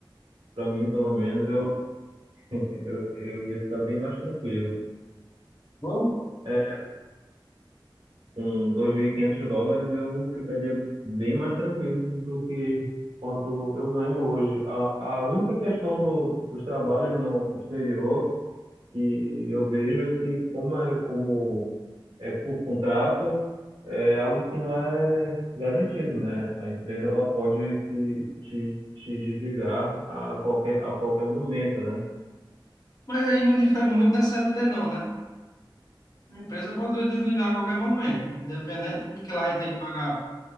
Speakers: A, on the right; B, on the left.
A: Para mim, pelo menos, eu, <laughs> eu, eu ia ficar bem mais tranquilo.
B: Bom,
A: É, com 2.500 dólares eu ficaria bem mais tranquilo do que quanto eu ganho hoje. A, a única questão do, dos trabalhos no exterior que eu vejo é que como é como é por contrato, é algo que não é garantido, né? A empresa ela pode se te, te desligar a qualquer a qualquer momento, né?
B: mas aí não difere muito da CLT não, né? A empresa pode desligar a qualquer momento, independente do que lá tem que pagar